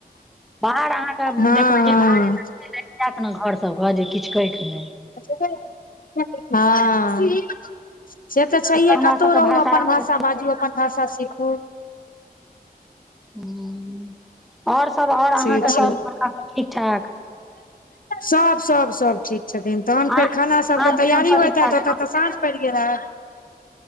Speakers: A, in the centre; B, on the left (about 60°).
A: बाहर अहाँके
B: हँ
A: देखबै जे भड़े त
B: हँ
A: लागि जायत ने घर सबके जे किछु कहैके नय
B: <inaudible> हँ से तऽ छैहे
A: एतऽ हमरा
B: कतहु
A: सबके
B: रहू
A: भात
B: अपन
A: आराम
B: भाषा
A: से
B: बाजू अपन भाषा सीखू
A: हूं ओर सब आओर
B: से
A: अहाँके
B: छै
A: सड़का सब ठीक ठाक
B: सब सब सब ठीक छथिन तहन
A: आ
B: फेर
A: अहाँ
B: खाना सबके
A: दिसन
B: तैयारी
A: सब
B: होइत
A: ठीक ठाक
B: हयत ओतऽ तऽ साँझ पड़ि गेलत